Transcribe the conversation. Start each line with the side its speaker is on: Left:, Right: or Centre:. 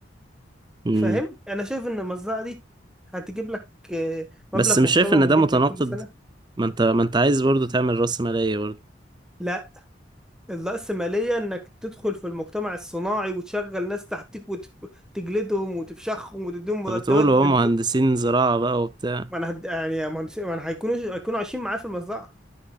Right: أمم.
Centre: فاهم انا شايف ان المزرعة دي هتجيب لك آه، مبلغ
Right: بس مش
Centre: محترم
Right: شايف إن ده
Centre: جدا
Right: متناقض
Centre: كل سنة
Right: ما أنت ما أنت عايز برضو تعمل رأسمالية برضو
Centre: لا الرأسمالية إنك تدخل في المجتمع الصناعي وتشغل ناس تحتك وتجلدهم وتفشخهم وتديهم مرتبات
Right: طب بتقولوا
Centre: بنت
Right: هو مهندسين زراعة بقى وبتاع
Centre: ما أنا هد... يعني ما أنا ما أنا هيكونوا هيكونوا عايشين معاه في المزرعة